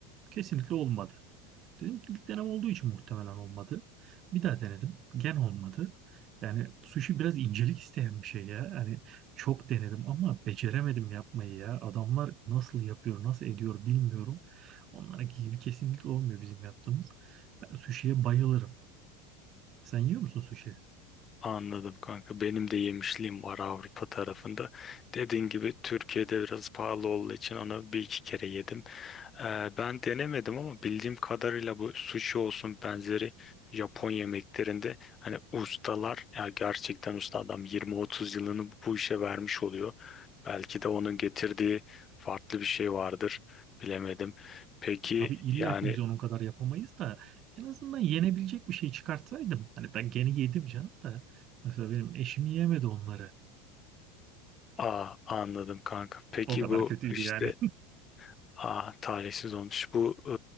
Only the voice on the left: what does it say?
Anladım kanka. Benim de yemişliğim var Avrupa tarafında. Dediğin gibi Türkiye'de biraz pahalı olduğu için onu bir iki kere yedim. Ee, ben denemedim ama bildiğim kadarıyla bu sushi olsun benzeri Japon yemeklerinde hani ustalar ya gerçekten usta adam 20-30 yılını bu işe vermiş oluyor. Belki de onun getirdiği farklı bir şey vardır. Bilemedim. Peki
yani
Aa, anladım kanka. Peki
bu
işte
Aa, talihsiz olmuş. Bu e,